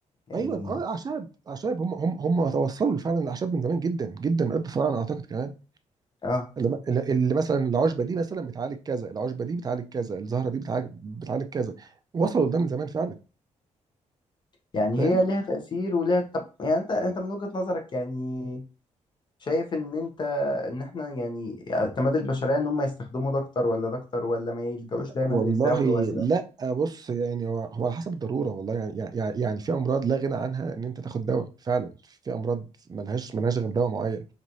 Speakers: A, on the left; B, on the right.
A: يعني
B: ايوه اه اعشاب اعشاب هم هم هم توصلوا فعلا الاعشاب من زمان جدا جدا قبل الفراعنه اعتقد كمان
A: اه
B: اللي اللي مثلا العشبه دي مثلا بتعالج كذا العشبه دي بتعالج كذا الزهره دي بتعالج بتعالج كذا وصلوا لده من زمان فعلا
A: يعني
B: فاهم
A: هي ليها تأثير وليها طب يعني انت انت من وجهة نظرك يعني شايف ان انت ان احنا يعني اعتماد البشرية ان هم يستخدموا ده اكتر ولا ده اكتر ولا ما يلجأوش دايما
B: والله
A: للدواء ولا
B: لا بص يعني هو هو على حسب الضروره والله يعني يعني يعني يعني في امراض لا غنى عنها ان انت تاخد دواء فعلا في امراض ملهاش ملهاش غير دواء معين